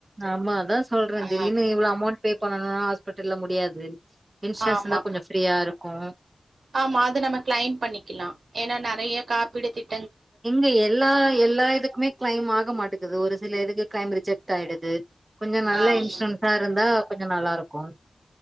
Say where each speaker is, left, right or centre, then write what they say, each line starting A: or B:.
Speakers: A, on the right; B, on the right.
A: ஆமா அதான் சொல்றேன்
B: ஆ
A: திடீர்னு இவ்வளவு அமௌண்ட் பே பண்ணனுனா ஹாஸ் கட்டல்லா முடியாது இன்சூரன்ஸ்
B: ஆமா
A: இருந்தா கொஞ்சோ ஃப்ரீயா இருக்கு
B: ஆமா அது நம்ம கிளைம் பண்ணிக்கலா ஏன்னா நெறைய காப்பீடு திட்
A: இங்க எல்லா எல்லா இதுக்குமே கிளைம் ஆக மாட்டிங்குது ஒரு சில இதுக்கு கிளைம் ரிஜெக்ட் ஆயிடுது கொஞ்சம் நல்ல
B: ஆ
A: இன்சூரன்ஸா இருந்தா கொஞ்சம் நல்லா இருக்கும்